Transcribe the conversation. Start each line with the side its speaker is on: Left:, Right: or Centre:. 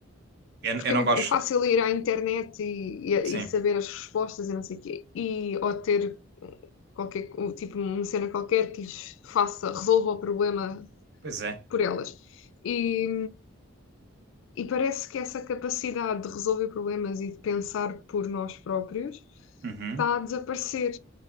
Right: eu,
Left: porque
Right: eu não
Left: é, muito,
Right: gosto.
Left: é fácil ir à internet e, e-
Right: Sim,
Left: e saber as respostas e não sei o quê, e, ou ter qualquer, um tipo, uma cena qualquer que lhes faça, resolva o problema
Right: pois é.
Left: por elas. E, e parece que essa capacidade de resolver problemas e de pensar por nós próprios
Right: Uhum.
Left: está a desaparecer.